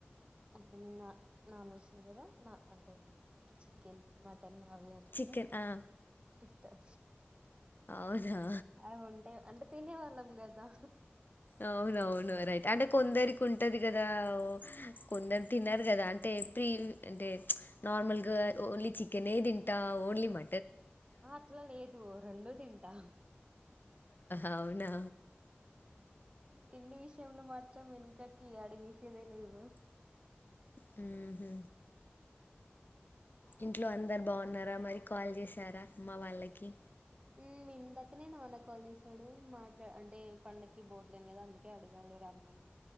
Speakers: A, on the right; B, on the left.
A: అంటే నన్ వెెజ్ చేదా అంటే చికెన్ మ తను అబి అంటెనేే
B: చికెన్ ఆ
A: ఇష్టం
B: అవునా
A: అవి ఉంటాయి అంటే తినేవాళ్ళం కదా
B: అవునవును రైట్ అంటే కొందరికి ఉంటది కదా కొందరు తిన్నారు కదా అంటే ప్రీ అంటే నార్మల్గా ఓన్లీ చెకెన్ తింటా ఓన్లీ మ
A: ఆ అట్ల లేదు రెండు తింటా
B: అవునా
A: తిండి విషయంలో మాత్రం వెనకాకి అడిగేసేదే లేదు
B: ఉ ఇంట్లో అందరు బాగున్నారా మరి కాల్ చేశారా మా వాళ్ళకి
A: హ్మ్. ఇందాకనే నాన్న కాల్ చేసాడు మాట్లా అంటే పండకి బోట్లేని కదా అందుకే అడిగాడు రమ్మని